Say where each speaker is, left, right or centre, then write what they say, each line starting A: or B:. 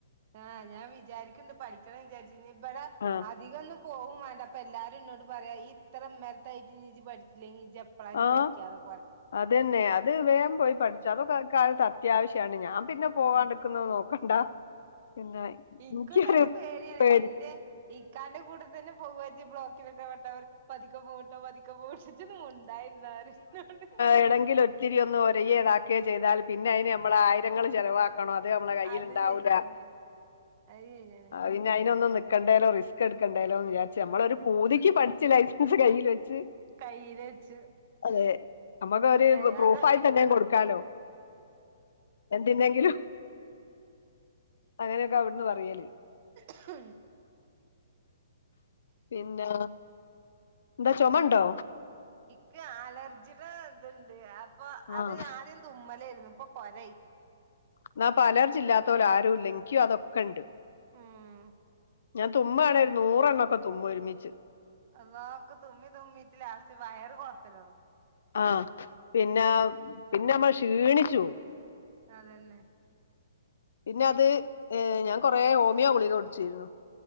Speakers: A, on the right (about 45°); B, on the left (about 70°).
A: ആഹ് ഞാൻ വിചാരിക്കണ്ട് പഠിക്കണം വിചാരിച്ച ഇ ഇവിടെ
B: ആഹ്
A: അധികന്നും പോകും വേണ്ട അപ്പൊ എല്ലാരും എന്നോട് പറയാ ഈ ഇത്ര ഇമ്മരത്തായിട്ട് ഇജ് പഠിച്ചില്ലെങ്കിൽ ഇജ് എപ്പളാ ഇനി
B: ആഹ്
A: പഠിക്കാന്ന്
B: അതന്നെ അത് വേഗം പോയി പഠിച്ചോ അതൊക്കെ ഇ കാലത്ത് അത്യാവശ്യാണ് ഞാൻ പിന്നെ പോവാണ്ട്ക്കുന്നത്
A: ഉം
B: നോക്കണ്ട പിന്നെ
A: ഇക്കും
B: എനിക്കൊരു
A: തന്നെ പേടിയാണ്
B: പേടി
A: ഞാൻ എന്റെ ഇക്കാന്റെ കൂടെ തന്നെ പോക ബ്ലോക്കിലൊക്കെ പെട്ടാൽ പറയുംപതിക്കോ പോട്ടോ പതിക്ക പോട്ടോ ഇജ് ന്ന് മുണ്ടായിരുന്ന ന്നറയും
B: എവിടെങ്കിലും ഒത്തിരി ഒന്ന് ഒരയെതാക്കയോ ഇതാക്ക ചെയ്താൽ പിന്നെ അയിന് നമ്മള് ആയിരങ്ങള് ചിലവാക്ക ണം അത് നമ്മളെ കയ്യിൽണ്ടാവൂല
A: അത് ശരിയന്നെയാണ് അത് ശരിയാണ്
B: പിന്നെ അതിനൊന്നന്ന് നൽക്കേണ്ടേലോ റിസ്ക് എടുക്കേണ്ടേലോന്ന് വിചാച്ചി നമ്മള
A: ഉം
B: ഒരു പൂതിക്ക്
A: ഉം
B: പഠിച്ച ലൈസൻസ് കയ്യിൽ വെച്ച്
A: കയ്യില് വെച്ചു
B: അതെ നമ്മുക്ക്ര്പ്രൂഫായി
A: അല്ലെ അത്
B: തന്നെയ കൊടുക്കാലോ എന്തിൻ്റെങ്കിലും അങ്ങനെയൊക്കെ അവിടുന്ന് പറയല്
A: ആ
B: പിന്നെ എന്താ ചൊമണ്ടോ
A: ഇക്ക് അലർജിയുടെ ഇതുണ്ട് അപ്പൊ അത്
B: ആഹ്
A: ആദ്യം തുമ്മലായിരുന്നു ഇപ്പൊ കൊരയ്
B: എന്ന പ്പോ അലർജില്ലാത്തോരാരു ഇല്ല എനിക്കും അതൊക്കെ ഉണ്ട്
A: ഉം
B: ഞാൻ തുമ്മാണേ ങ്കിഒരു നൂറ എണ്ണൊക്കെ തുമ്മും ഒരുമിച്ച്
A: അള്ളാ എനിക്ക് തുമ്മി തുമ്മിട്ട ലാസ്റ്റ് വയറ് കൊളത്തല്ലോടങ്ങും
B: ആഹ പിന്നെ പിന്നെ നമ്മള് ക്ഷീണിച്ചു പോവും
A: അതന്നെ
B: പിന്നെ അത് ഏഹ ഞാൻ കുറെ ഹോമിയോ ഗുളിക കുടിച്ചിരുന്നു